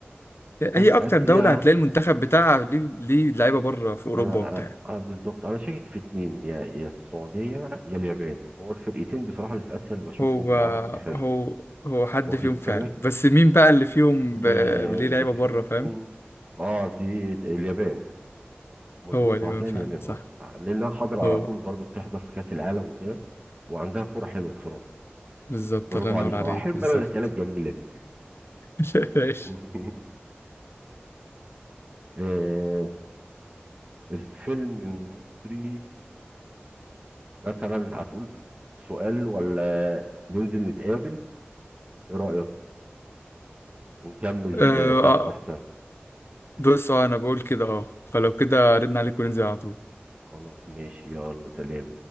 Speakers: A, on the left; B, on the right.
A: هي
B: جت آسيا
A: أكتر دولة هتلاقي المنتخب بتاعها ليه ليه لعيبة بره في أوروبا
B: ما
A: وبتاع
B: أنا آه، آه، بالظبط أنا شاكك في اتنين يا يا السعودية يا اليابان هو الفرقتين بصراحة اللي في آسيا اللي بشوفهم
A: هو
B: بيلعبوا كورة حلو
A: هو هو حد
B: واخد
A: فيهم
B: بالك
A: فعلا بس مين بقى اللي فيهم ب...
B: آه،
A: ليه
B: اللي
A: لعيبة
B: فيهم
A: بره فاهم
B: اه دي اليابان مظبوط
A: هو اللي
B: هو هتلاقي
A: بيبان فعلا
B: اليابان
A: صح
B: اه لأنها حاضرة
A: هو
B: على طول برضو بتحضر في كأس العالم وكده وعندها كورة حلوة بصراحة
A: بالظبط
B: برافو
A: الله ينور
B: عليك
A: عليك
B: اهو احب
A: بالظبط
B: انا الاسئله الجميله دي
A: <laughs> ماشي
B: <laughs> آه، الفيلم المصري مثلا هتقول سؤال ولا ننزل نتقابل ايه رأيك ونكمل
A: آه،
B: آه، تحت احسن
A: بص اه انا بقول كده اه فلو كده ردنا عليك وننزل على طول
B: خلاص ماشي يلا سلام